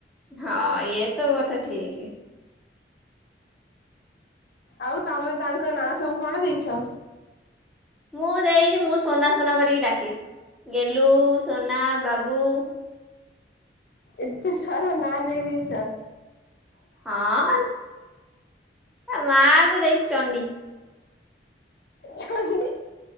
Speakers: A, in the centre; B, on the left.
A: ହଁ ଏ ତ କଥା ଠିକି।
B: ଆଉ ତୋମେ ତାଙ୍କ ନାଁ ସବୁ କଣ ଦେଇଛ?
A: ମୁଁ ଦେଇଚି ମୁଁ ସନା ସନା କରିକି ଡାକେ, ଗେଲୁ, ସନା, ବାବୁ।
B: ଏତେ ସାରା ନାଁ ଦେଇଦେଇଛ।
A: ହଁ ମନ୍ ଏ ମାଙ୍କୁ ଦେଇଛି ଚଣ୍ଡି।
B: ଚଣ୍ଡୀ